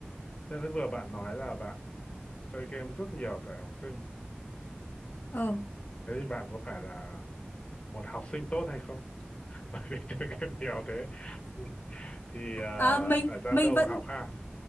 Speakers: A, on the left; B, on the left.
A: Thế vừa bạn nói là bạn chơi game rất nhiều thời học sinh,
B: Ờ.
A: thế thì bạn có phải là một học sinh tốt hay không <laughs> bởi vì chơi game nhiều thế thì, thì à,
B: À, mình
A: thời gian
B: mình
A: đâu
B: vẫn
A: mà học ha